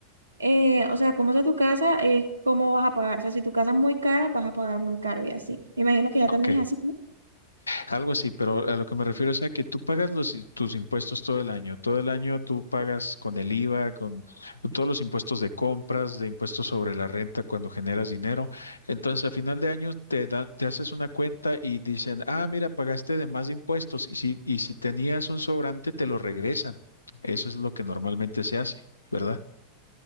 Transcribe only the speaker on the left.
Ok.
Algo así, pero a lo que me refiero es a que tú pagas los, i- tus impuestos todo el año. Todo el año tú pagas con el IVA, con, con todos los impuestos de compras, de impuestos sobre la renta cuando generas dinero. Entonces, a final de año te dan, te haces una cuenta y dicen, ah, mira, pagaste de más impuestos y si, y si tenías un sobrante, te lo regresan. Eso es lo que normalmente se hace, ¿verdad?